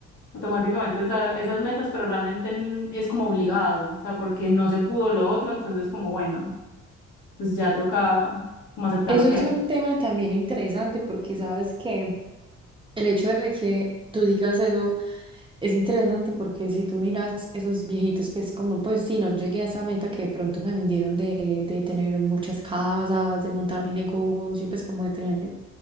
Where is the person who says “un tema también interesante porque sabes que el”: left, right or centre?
Right